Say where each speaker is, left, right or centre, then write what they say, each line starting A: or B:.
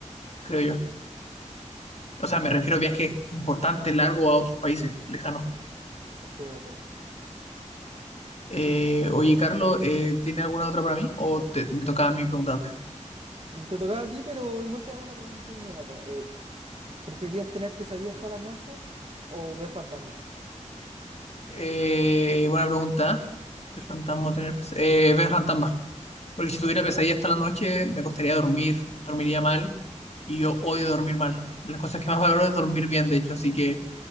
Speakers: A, on the left; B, on the right.
A: creo yo. O sea, me refiero a viajes importantes, largos a otros países lejanos.
B: Estoy de acuerdo.
A: Eh, oye, Carlos, eh, ¿tiene alguna otra para mí? ¿O te- me tocaba a mí preguntarte?
B: Te tocaba a ti, pero igual te hago una pregunta inmediata. Eh, ¿preferirías tener pesadillas todas las noches o ver fantasmas?
A: Eh, buena pregunta. Ver fantasma o tener pes- eh, ver fantasmas. Porque si tuviera pesadillas hasta la noche, me costaría dormir, dormiría mal. Y yo odio dormir mal. De las cosas que más valoro es dormir bien, de hecho. Así que